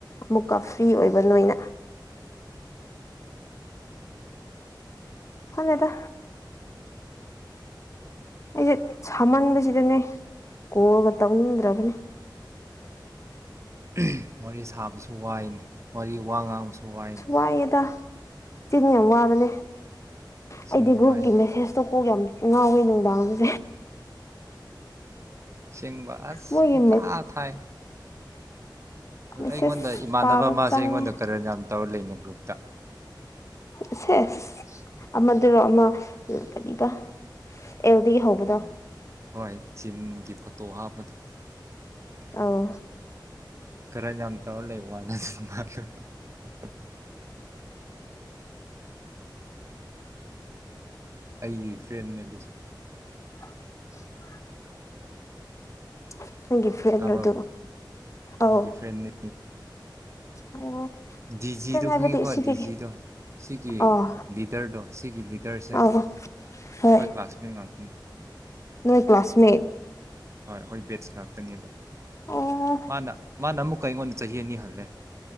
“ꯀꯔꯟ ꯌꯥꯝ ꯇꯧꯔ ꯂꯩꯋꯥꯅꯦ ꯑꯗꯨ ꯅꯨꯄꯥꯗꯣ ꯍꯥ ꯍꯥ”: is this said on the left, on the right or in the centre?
Right